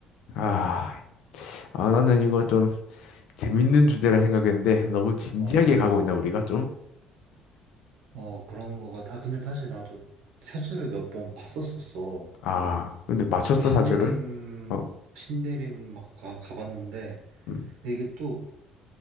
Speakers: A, on the left; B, on the right.
A: 아, 아, 나는 이거 좀, 재밌는 주제라 생각했는데 너무 진지하게
B: 어,
A: 가고 있나 우리가 좀?
B: 어, 그런 거 같아. 아, 근데 사실 나도 세주를 몇 번 봤었었어.
A: 아, 근데 맞췄어
B: 그 신내림,
A: 사주를? 어,
B: 신내림 막 가, 가봤는데,
A: 음.
B: 근데 이게 또